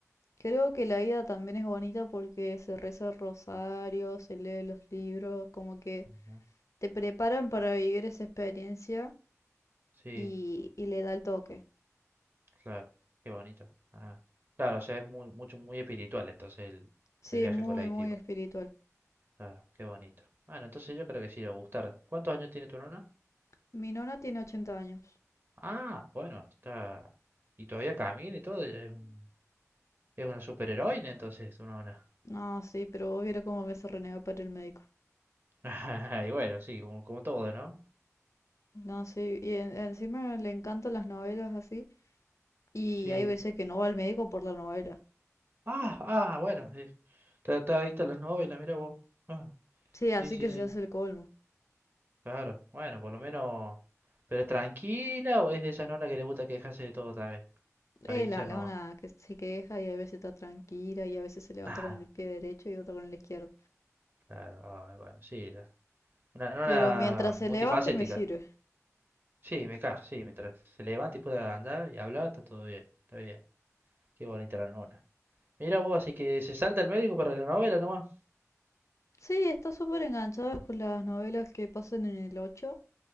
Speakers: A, on the left; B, on the right.
A: creo que la ida también es bonita porque se reza el rosario, se lee los libros, como que
B: Ajá.
A: te preparan para vivir esa experiencia
B: Sí,
A: y, y le da el toque.
B: claro, qué bonito. Ah, claro, o sea, es muy, mucho, muy espiritual entonces el,
A: Sí,
B: el viaje
A: muy,
B: en colectivo.
A: muy espiritual.
B: Claro, qué bonito. Bueno, entonces yo creo que sí le va a gustar. ¿Cuántos años tiene tu nona?
A: Mi nona tiene ochenta años.
B: Ah, bueno, está... Y todavía camina y todo, es un Es una superheroína, entonces, una ona.
A: No, sí, pero vos viera cómo me se renegó para el médico.
B: <laughs> Y bueno, sí, como, como todo, ¿no?
A: No, sí, y en- encima le encantan las novelas así. Y
B: Sí.
A: hay veces que no va al médico por la novela.
B: Ah, ah, bueno, sí. Está, está adicta a las novelas, mira vos. Ah,
A: Sí,
B: sí,
A: así
B: sí,
A: que
B: sí,
A: se hace el colmo.
B: claro. Bueno, por lo menos. ¿Pero es tranquila o es de esas nonas que le gusta quejarse de todo también? Para
A: Es
B: hinchar
A: la lona
B: nomás.
A: que se queja y a veces está tranquila y a veces se levanta
B: <laughs>
A: con el pie derecho y otra con el izquierdo.
B: Ah, claro, ay, bueno, sí. la- Una nona
A: Pero mientras se
B: multifacética.
A: levante me sirve.
B: Sí, me cae, sí, mientras se levanta y pueda andar y hablar, está todo bien, está bien. Qué bonita la nona. Mira vos, así que se salta el médico para la novela nomás.
A: Sí, está súper enganchado con las novelas que pasan en el 8.